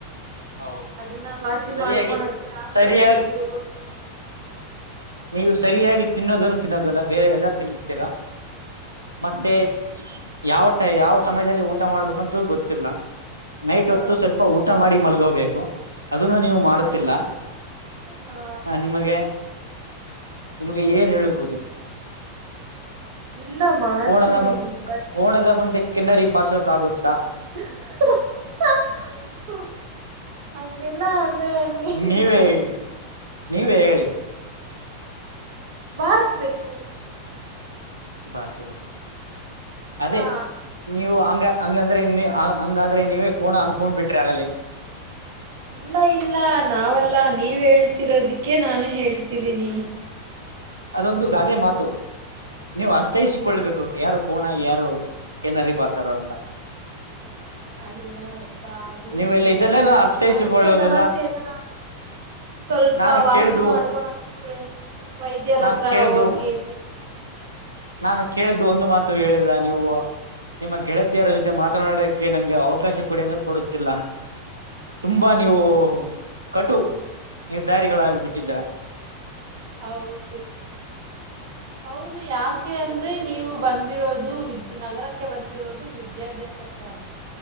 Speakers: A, on the right (about 80°); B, on the right (about 55°).
A: ಹೌದು
B: ಅದನ್ನ ವಾಸಿ
A: ನೀವು ಸರಿಯಾಗಿ
B: ಮಾಡ್ಕೊಣಕೆ ಆಸ್ಪತ್ರೆಗೆ
A: ಸರಿಯಾಗಿ
B: ಹೋಗಿ.
A: ನೀವು ಸರಿಯಾಗಿ ತಿನ್ನೋದನ್ನು ತಿನ್ನೋದಲ್ಲ ಬೇರೆ ಎಲ್ಲ ತಿನ್ನುತ್ತೀರಾ ಮತ್ತೆ. ಯಾವ ಟೈ ಯಾವ
B: ಹ
A: ಸಮಯದಲ್ಲಿ ಊಟ ಮಾಡ್ಬೇಕಂತು ಗೊತ್ತಿಲ್ಲ ನೈಟ್
B: ಹಾ
A: ಹೊತ್ತು ಸ್ವಲ್ಪ ಊಟ. ಮಾಡಿ ಮಲ್ಗೋಬೇಕು ಅದನ್ನು ನೀವು ಮಾಡುತ್ತಿಲ್ಲ
B: ಹಾ ಹಾ
A: ಆ ನಿಮಗೆ. ನಿಮ್ಗೆ ಏನ್ ಹೇಳ್ಬಹುದು.
B: ಇಲ್ಲ ಮಾಡ್ತಿದಿನಿ
A: ಕೋಣದ ಮುಂದೆ
B: ಬಟ್.
A: ಕೋಣದ ಮುಂದೆ ಕೀನ್ನರಿ ಬಾರ್ಸೋಕಾಗುತ್ತಾ.
B: <unintelligible> ಅಂಗಲ್ಲಾ ಅಂದ. ಅಂಗೆ
A: ನೀವೇ
B: ನೀವು.
A: ಹೇಳಿ, ನೀವೇ ಹೇಳಿ
B: ಬಾರಿಸಬೇಕು.
A: ಭಾರತದ ಅದೇ.
B: ಹಾ
A: ನೀವು ಹಂಗ ಹಂಗಂದ್ರೆ ನೀ ಹಂಗಾದ್ರೆ ನೀವೇ ಕೋಣ ಅನ್ಕೊಂಡ್ ಬಿಟ್ರಿ ಆಗಲೆ.
B: ಇಲ್ಲ ಇಲ್ಲ ನಾವಲ್ಲಾ ನೀವ್ ಹೇಳ್ತಿರೋದಿಕ್ಕೆ ನಾನು ಹೇಳ್ತಿದ್ದೀನಿ.
A: ಅದೊಂದು ಗಾದೆ ಮಾತು. ನೀವು ಅರ್ಥೈಸಿಕೊಳ್ಳಬೇಕು ಯಾರು ಕೋಣ ಯಾರು ಕೆನರಿ ಬಾರ್ಸರು ಅಂತ.
B: ಅಲ್ಲ ಅಪ್ಪ ಅದು ಏನು
A: ನೀವೆಲ್ಲ
B: ಇಲ್ಲ.
A: ಇದೆಲ್ಲೆಲ್ಲ ಅರ್ಥೈಸಿಕೊಳ್ಳೋದಿಲ್ಲ
B: ಆರೋಗ್ಯ ಸಮಸ್ಯೆನ ಸ್ವಲ್ಪ
A: ನಾನು
B: ವಾಸಿ
A: ಕೇಳ್ದು
B: ಮಾಡ್ಕೊಣಕ್ ಗೆ ವೈದ್ಯರ್
A: ನಾ
B: ಹತ್ರ
A: ಕೇಳ್ದು
B: ಹೋಗಿ ಸ್ವಲ್ಪ
A: ನಾನು ಕೇಳಿದ್ದು ಒಂದು ಮಾತು ಹೇಳಿಲ್ಲ ನೀವು ನಿಮ್ಮ ಗೆಳತಿಯರ ಜೊತೆ ಮಾತನಾಡ ಕ್ಕೆ ನಮ್ಗೆ ಅವಕಾಶ ಕೊಡಿ ಅಂದ್ರೆ ಕೊಡುತ್ತಿಲ್ಲ ತುಂಬಾ
B: ಆ
A: ನೀವು ಕಟು ನಿರ್ಧಾರಿಗಳಾಗಿಬಿಟ್ಟಿದ್ದೀರ.
B: ಹೌದು.
A: <inaudible>
B: ಹೌದು ಯಾಕೆ ಅಂದ್ರೆ ನೀವು ಬಂದಿರೋದು ವಿದ್ಯ್ ನಗರಕ್ಕೆ ಬಂದಿರೋದು ವಿದ್ಯಾಭ್ಯಾಸಕ್ಕೆ. ಕ್ಕಾಗಿ